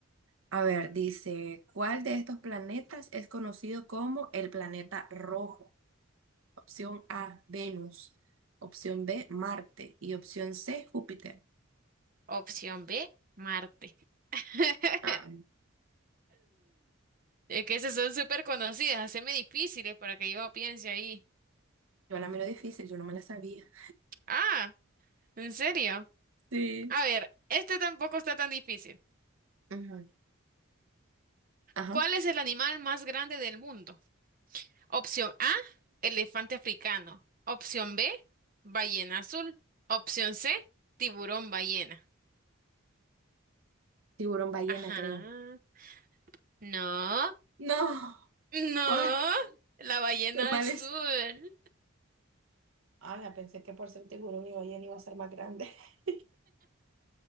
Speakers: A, on the right (about 80°); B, on the right (about 40°).
A: A ver, dice, ¿cuál de estos planetas es conocido como el planeta rojo? Opción A, Venus. Opción B, Marte. Y opción C, Júpiter.
B: Opción B, Marte. <laughs>
A: Ah,
B: Es que esas son súper conocidas, haceme difíciles para que yo piense ahí.
A: yo la miro difícil, yo no me la sabía.
B: Ah, ¿en serio?
A: Sí.
B: A ver, este tampoco está tan difícil.
A: Ujú. Ajá.
B: ¿Cuál es el animal más grande del mundo? Opción A, elefante africano. Opción B, ballena azul. Opción C, tiburón ballena.
A: Tiburón ballena,
B: Ajá.
A: creo.
B: No.
A: No.
B: No,
A: ¿Cuál?
B: la ballena
A: ¿Animales?
B: azul,
A: Ah, Ala, pensé que por ser tiburón y ballena iba a ser más grande. <laughs>